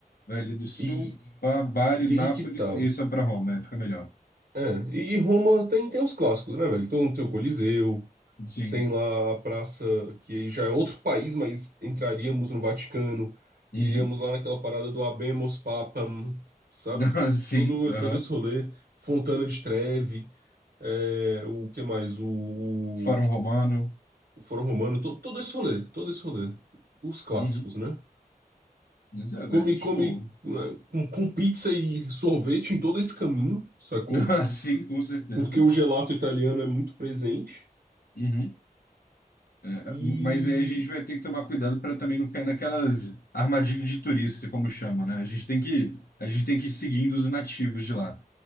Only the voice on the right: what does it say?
E,
e aí
que tá.
É, e, e Roma tem, tem os clássicos, né, velho? Então tem o Coliseu,
tem lá a praça, que aí já é outro país, mas entraríamos no Vaticano,
iríamos lá naquela parada do Habemus Papam, sabe?
Todo,
todo esse rolê, Fontana de Trevi, é, o que mais? O,
Foro Romano, to- todo esse rolê, todo esse rolê. Os clássicos,
né?
Come,
come né, com, com pizza e sorvete em todo esse caminho, sacou?
Porque o gelato italiano é muito presente.
E